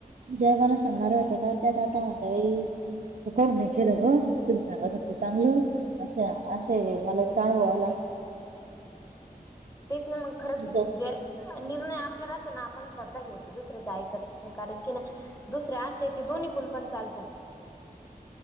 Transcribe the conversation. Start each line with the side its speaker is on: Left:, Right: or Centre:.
Right: जगाला सांगणारे आता काय <unintelligible> त काऊन चेलं ग. मीच तुले सांगत होते चांगल. अशा अशे मला <unintelligible> अनुभव आला.
Left: तेच ना मग खरंच
Right: जाऊ
Left: म्हणजे निर्णय आपला राहतो ना, आपण स्वतः घ्यायच. दुसऱ्याचं ऐकत कारण की न दुसरे अशेत ते दोन्ही कुण पण चालतात.